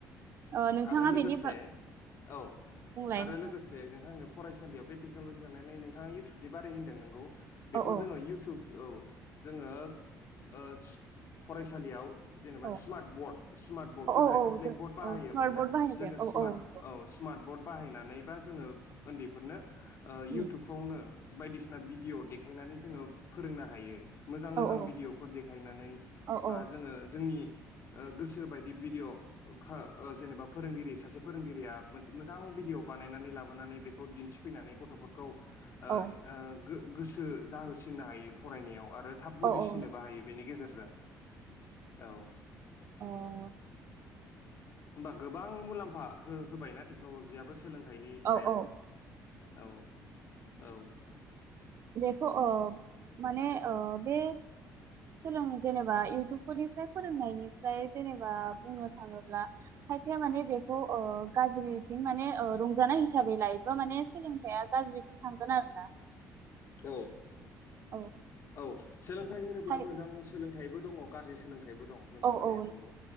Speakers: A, on the right; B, on the left.
A: ओ नोंथाङा
B: आरो लोगोसे
A: बेनि बा
B: औ
A: बुंलाय
B: आरो
A: नोंथां
B: लोगोसे नोंथांनो फरायसालियाव बे टेकनलजि लालायनाय नोंथाङा इउटुबयारि होनदों नंगौ। बेखौ
A: औ औ
B: जोङो इउटुब औ जोङो ओस फरायसालियाव जेनेबा
A: औ
B: समार्ट बर्ड समार्ट बर्ड
A: औ
B: गोदाहायथ'
A: औ औ
B: ब्लेक
A: जों
B: बरड बाहायोमोनना
A: औ स्मार्ट बर्ड बाहायनायजों
B: जोङो
A: औ
B: समार्ट
A: औ नंगौ
B: औ समार्ट बर्ड बाहायना नै बा जोङो उन्दैफोरनो ओ
A: उम
B: इउटुबफ्रावनो बायदिसिना भिडिअ देखायनानै जोङो फोरोंनो हायो। मोजां-मोजां
A: औ औ
B: भिदिअ'फोर देखायनानै
A: औ
B: बा
A: औ
B: जोङो नि ओ गोसो बायदि भिडिअ' खो जेनेबा फोरोंगिरि सासे फोरोंगिरिया मोनसे मोजां भिडिअ' बानायनानै लाबोनानै बेखौ दिन्थिफैनानै गथ'फोरखौ ओ
A: औ
B: ओ गो गोसो जाहोसिननो हायो फरायनायाव आ रो थाब बुजिसिननोबो
A: औ औ
B: हायो बेनि गेजेरजों। औ
A: ओ
B: होमबा गोबां मुलामफा हो होबायना टेकन'ल'जियाबो सो सोलोंथाइनि सायाव
A: औ औ
B: औ। औ
A: बेखौ ओ माने ओ बे सोलों जेनेबा इउटुबफोरनिफ्राय फोरोंनायनिफ्राय जेनेबा बुंनो थाङोब्ला खायफाया माने बेखौ ओ गाज्रिथिं माने रंजानाय हिसाबै लायोबा माने सोलोंथाइया गाज्रिथिं थांगोन आरोना।
B: औ
A: औ
B: औ सोलोंथाइ होनोब्ला
A: खाय
B: मोजां सोलोंथाइबो दङ गाज्रि सोलों थाइबो दं नोंथां
A: औ
B: होननाया
A: औ
B: नंगौ